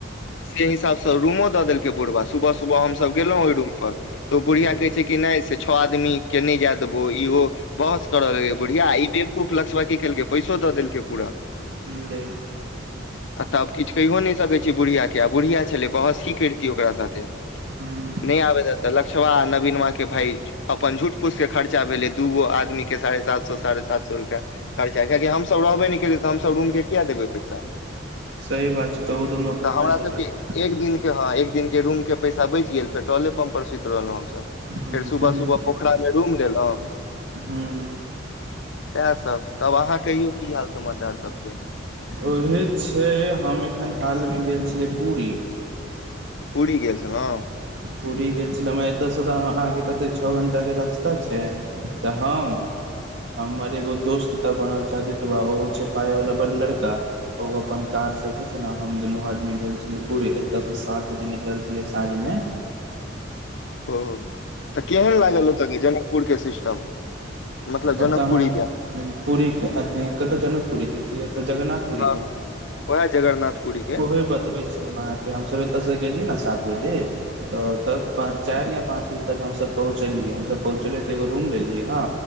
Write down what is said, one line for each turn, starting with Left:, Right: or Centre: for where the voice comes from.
Left: से हिसाबसँ रूमो दऽ देलकै बुढ़बा सुबह सुबह हमसभ गेलहुँ ओहि रूम पर तऽ ओ
Right: ह
Left: बुढ़िया कहै छै कि नै से छओ आदमी केँ नै जाय देबो ई ओ बहस करय लगले बुढ़िया ई बेवकूफ लक्ष्बा की केलकै पैसो दऽ देलकै पूरा
Right: <unintelligible>
Left: <inaudible> आ तब किछ कहिओ नहि सकय छियै बुढ़िया केँ आ बुढ़िया छलै बहस की करितियै ओकरा साथे
Right: हूँ
Left: नै आबय दैत तऽ लक्ष्वा नवीनमा केँ भेज अपन झूठ फूस कऽ खर्चा भेलै दूगो आदमी केँ साढ़े सात सौ साढ़े सात सौ रुपैआ खर्चा कियाकि हमसभ रहबै नै केँ लिए तऽ हम सभ रूम केँ किया देबै पैसा
Right: सही बात छै तऽ ओ दुनू अपन
Left: तऽ हमरा
Right: पाइ
Left: सबके
Right: देलक
Left: एक दिन केँ हँ एक दिन के रूम केँ पैसा बचि गेल फेर पेट्रोले पम्प पर सुत रहलौं हमसभ
Right: हूँ
Left: फेर सुबह सुबह
Right: ठीके
Left: पोखरामे
Right: छै
Left: रूम लेलौं
Right: <unintelligible>
Left: सैह सब तब अहाँ कहियो की हाल समाचार सब छै
Right: ओहे छै हम एखन हाल मे गेल छलियै पुरी
Left: पुरी गेल छेलौ
Right: पुरी गेल छलौं म एतऽसँ तऽ अहाँ कतेक छह घण्टा केँ रास्ता छै तऽ हम हमर एगो दोस्त त बनल छै अदितबा ओहो छै पाय वाला बड़ लड़का ओ अपन कार स जे छै ने हम दुनू आदमी गेल छलियै पुरी एतयसँ सात बजे निकल छलै से साँझमे
Left: ओ तऽ केहन लागल ओतोके जनकपुरके सिस्टम मतलब
Right: ओतऽ
Left: जनकपुरी
Right: मे
Left: के
Right: अ पुरीके अथि कतय जनकपुरीके के एतऽ जगन्नाथ पुरी
Left: हँ
Right: के
Left: उएह जगरनाथ पुरी के
Right: ओहे बतबै छी हम अहाँके हम सब एतयसँ गेलियै ने सात बजे तऽ तक चैर या पाँच बजे तक हमसभ पहुँचलियै हमसभ पहुँचलियै तऽ एगो रूम लेलियै हँ